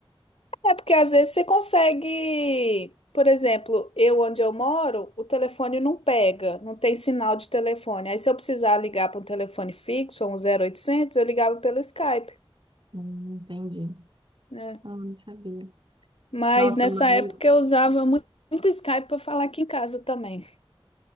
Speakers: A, on the left (about 70°); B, on the right (about 55°).
A: É porque às vezes você consegue, por exemplo, eu onde eu moro, o telefone não pega, não tem sinal de telefone. Aí se eu precisar ligar para um telefone fixo, um zero oitocentos, eu ligava pelo Skype,
B: Hum, entendi.
A: né?
B: Ah, não sabia.
A: Mas
B: Nossa,
A: nessa
B: mas.
A: época eu usava mu- muito, Skype para falar aqui em casa também.